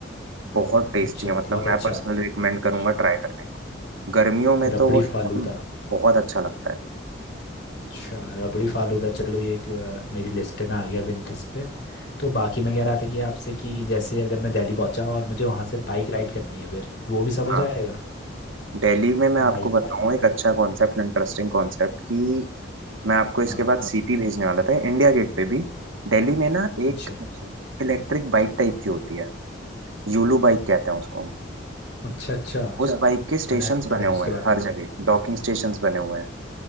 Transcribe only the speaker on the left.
अच्छा
बहुत अच्छा
आता है
अच्छा,
रबड़ी
फालूदा
अच्छा रबड़ी फालूदा चलो ये एक, अ, मेरी लिस्ट में आ गया बिज लिस्ट पे तो बाकी मैं कह रहा था कि आपसे कि जैसे अगर मैं दिल्ली पहुंचा और मुझे वहां से बाइक राइड करनी है फिर वो भी सब हो
जाएगा
Bike
ride
हाँ हाँ
हाँ।
अच्छा
अच्छा अच्छा
सुना है
मैंने
उसके
बारे
में